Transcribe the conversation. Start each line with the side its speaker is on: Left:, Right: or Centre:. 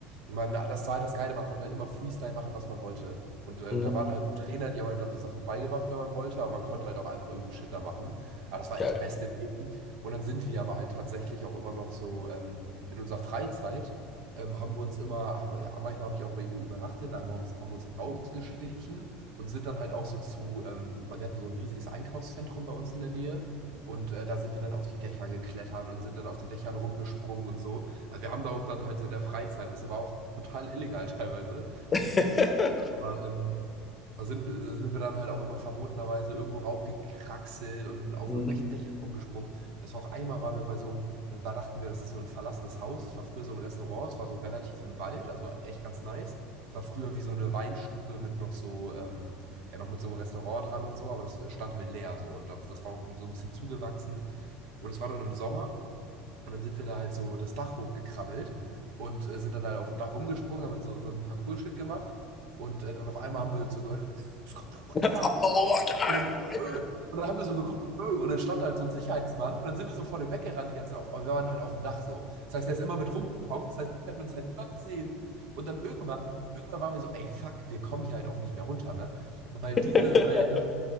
Right: Man, das war halt das Geile, man konnte halt immer Freestyle machen, was man wollte. Und äh,
Left: mhm.
Right: da waren halt so Trainer, die haben einem dann so Sachen beigebracht, wenn man wollte, aber man konnte halt auch einfach irgendeinen Shit da machen. Aber das war
Left: Geil.
Right: echt beste Leben. Und dann sind wir aber halt tatsächlich auch immer noch so ähm, in unserer Freizeit. Ähm, haben wir uns immer, haben, manchmal habe ich auch bei ihm übernachtet, da haben wir uns, haben wir uns rausgeschlichen und sind dann halt auch so zu, ähm, weil wir hatten so ein riesiges Einkaufszentrum bei uns in der Nähe. Und äh, da sind wir dann auf die Dächer geklettert und sind dann auf den Dächern rumgesprungen und so. Also wir haben da auch dann halt so in der Freizeit, was war auch total illegal <laughs> teilweise,
Left: <laughs>
Right: aber ähm, da sind, da sind wir dann halt auch immer verbotenerweise irgendwo raufgekraxelt und auf
Left: Mhm.
Right: irgendwelchen Dächern rumgesprungen. Das war auch einmal, waren wir bei so einem, da, da dachten wir, das ist so ein verlassenes Haus. Das war früher so ein Restaurant, es war so relativ im Wald, also echt ganz nice. Es war früher wie so eine Weinstube mit noch so, ähm, ja, noch mit so einem Restaurant dran und so, aber das stand halt leer so. Und da- das war auch so ein bisschen zugewachsen. Und es war dann im Sommer. Und dann sind wir da halt so das Dach hochgekrabbelt und äh, sind dann halt auf dem Dach rumgesprungen, haben halt so unseren Parcours-Shit gemacht. Und äh, dann auf einmal haben wir so gehört, ey, Jungs, kommt da runter.
Left: Hallo, Martin!
Right: Und dann, äh, und dann haben wir so geguckt, äh, und dann stand da halt so ein Sicherheitsmann. Und dann sind wir so vor dem weggerannt die ganze Zeit. Auf, aber wir waren halt auf dem Dach so. Das heißt, der ist immer mit rumgekommen. Das heißt, er hat uns halt immer gesehen. Und dann irgendwann, irgendwann waren wir so, ey, fuck, wir kommen hier halt auch nicht mehr runter, ne? Weil diese,
Left: <laughs>
Right: weil ähm,